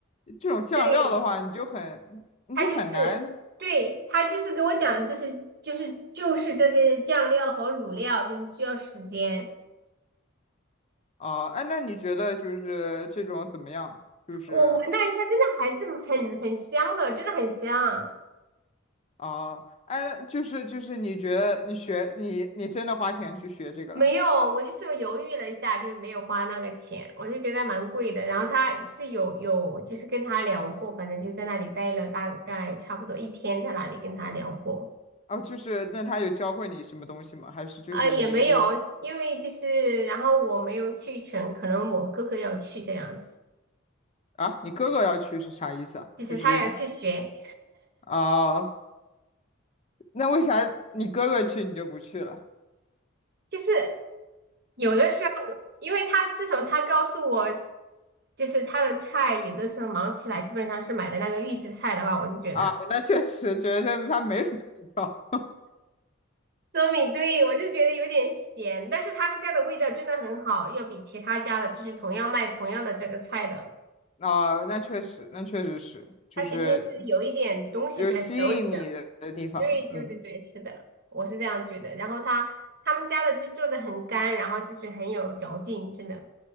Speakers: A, on the left (about 30°); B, on the right (about 50°).
A: 这种酱料的话，
B: 对，
A: 你就很你就很难
B: 他就是对他就是给我讲的，这是就是就是这些酱料和卤料，就是需要时间。
A: 啊。哎，那你觉得就是这种怎么样？就是
B: 我闻了一下，真的还是很很香的，真的很香。
A: 啊，哎，那就是就是你觉得你学你你真的花钱去学这个啦？
B: 没有，我就是犹豫了一下，就是没有花那个钱，我就觉得蛮贵的。然后他就是有有，就是跟他聊过，反正就在那里待了大概差不多一天，在那里跟他聊过，
A: 哦，就是那他有教会你什么东西吗？还是就是你就
B: 啊，也没有，因为就是然后我没有去成，可能我哥哥要去这样子，
A: 啊，你哥哥要去是啥意思啊？
B: 就是他要去学，
A: 就是啊，那为啥你哥哥去你就不去了？
B: 就是有的时候，因为他自从他告诉我，就是他的菜有的时候忙起来，基本上是买的那个预制菜的话，我就觉得。
A: 啊，那确实觉得他没什么技巧
B: 糯米，对，我就觉得有点咸，但是他们家的味道真的很好，要比其他家的，就是同样卖同样的这个菜的，
A: 啊，那确实，那确实是，就是
B: 他肯定是有一点东西在手里的。
A: 有吸引你的的地方，
B: 对对对对，
A: 嗯，
B: 是的，我是这样觉得。然后他他们家的就做的很干，然后就是很有嚼劲，真的，